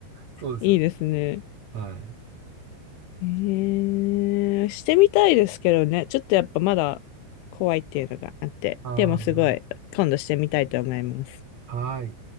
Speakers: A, on the right (about 45°); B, on the left (about 85°).
A: そうです。
B: いいですね。
A: はい。
B: ええしてみたいですけどね。ちょっとやっぱまだ怖いっていうのがあって。
A: あ
B: でもすごい、今度してみたいと思います。
A: あ、はい。